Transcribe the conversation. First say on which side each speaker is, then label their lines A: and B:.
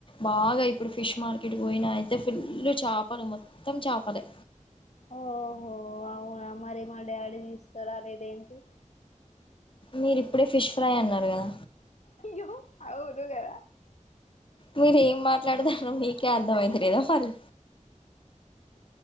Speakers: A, on the left; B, on the left.
A: బాగా ఇప్పుడు ఫీ ఫిష్ మార్కెట్ పోయిన అయితే ఫుల్ చేపలు మొత్తం చేపలే
B: ఓహో అవునా మరి మా డాడీ తీస్తారు అర ఇదేంటి
A: మీరి ఇప్పుడే ఫిష్ ఫ్రై అన్నారు కదా
B: ఇ అవును గదా
A: మీర ఏం మాట్లాడతారో మీకే అర్థం అయితు లేదా మరి.